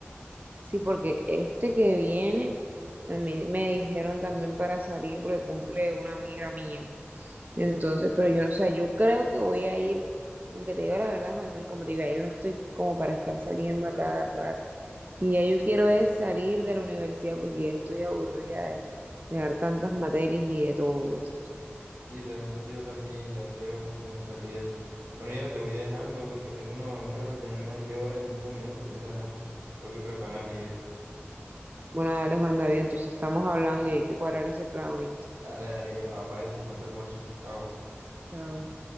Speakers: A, on the right (about 40°); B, on the right (about 85°).
A: Sí, porque este que viene, a mí me dijeron también para salir porque cumple una amiga mía. Entonces, pero yo no sé, yo creo que voy a ir, aunque te digo la verdad, cuando como te digo, yo no estoy como para estar saliendo a cada rato. Y ya yo quiero es salir de la universidad porque ya estoy aburrida de, de dar tantas materias y de todo esto.
B: Y realmente yo también ya quiero como salir de eso. Bueno, Yera, te voy dejando porque tengo una, una reunión aquí ahora en cinco minutos, entonces, ajá, tengo que prepararme y eso.
A: Bueno, dale, Juan David, entonces estamos hablando y hay que cuadrar ese plan, ¿oíste?
B: Dale, dale, Yera, va para esa, cuenta con eso. Chao.
A: Chao.